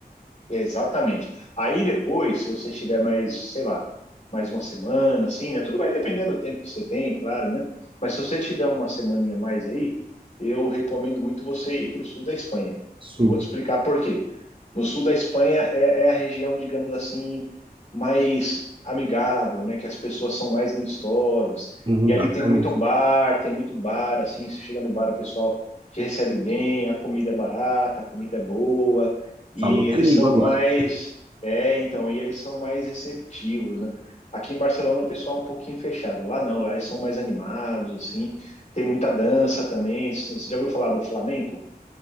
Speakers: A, on the left (about 45°); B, on the right (about 30°).
A: Exatamente. Aí depois, se você tiver mais, sei lá, mais uma semana, assim, né? Tudo vai depender do tempo que você tem, claro, né? Mas se você tiver uma semaninha mais aí, eu recomendo muito você ir para o sul da Espanha.
B: Isso,
A: E vou te explicar por quê. No sul da Espanha é, é a região, digamos assim, mais amigável, né? Que as pessoas são mais amistosas.
B: hum,
A: E ali
B: bacana
A: tem muito
B: isso.
A: bar, tem muito bar, assim, você chega no bar, o pessoal te recebe bem, a comida é barata, a comida é boa e
B: Falou minha
A: eles
B: língua
A: são
B: agora.
A: mais, é, então, e eles são mais receptivos, né? Aqui em Barcelona o pessoal é um pouquinho fechado. Lá não, lá eles são mais animados, assim. Tem muita dança também. Você já ouviu falar do flamenco?